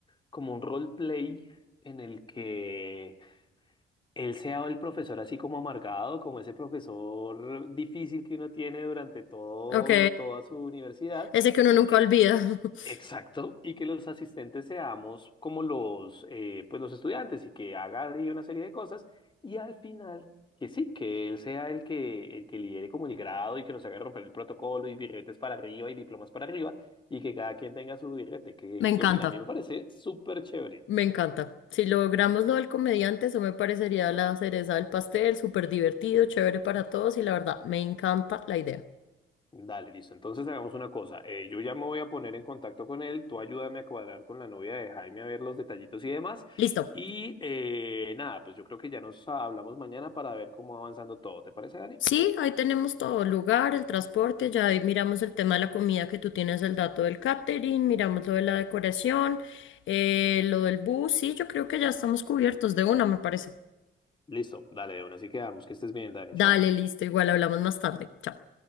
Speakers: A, on the left; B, on the left.
A: como un roleplay en el que él sea el profesor así como amargado, como ese profesor difícil que uno tiene durante todo,
B: Ok,
A: toda su universidad
B: ese que uno
A: y
B: nunca
A: que
B: olvida. <laughs>
A: Exacto, y que los asistentes seamos como los, eh, pues los estudiantes y que haga ahí una serie de cosas y al final que sí, que él sea el que, el que lidere como el grado y que nos haga romper el protocolo y birretes para arriba y diplomas para arriba y que cada quien tenga su birrete. ¿Qué,
B: Me encanta,
A: qué opina? A mí me parece súper chévere.
B: me encanta. Si logramos lo del comediante, eso me parecería la cereza del pastel, súper divertido, chévere para todos y la verdad, me encanta la idea.
A: Dale, listo. Entonces hagamos una cosa. eh, yo ya me voy a poner en contacto con él. Tú ayúdame a cuadrar con la novia de Jaime a ver los detallitos y demás.
B: Listo.
A: Y eh, nada, pues yo creo que ya nos hablamos mañana para ver cómo va avanzando todo. ¿Te parece, Dani?
B: Sí, ahí tenemos todo, el lugar, el transporte, ya ahí miramos el tema de la comida que tú tienes el dato del catering, miramos lo de la decoración, eh, lo del bus, sí, yo creo que ya estamos cubiertos de una, me parece.
A: Listo, dale de una. Así quedamos. Que estés bien, Dani.
B: Dale,
A: Chao.
B: listo, igual hablamos más tarde. Chao.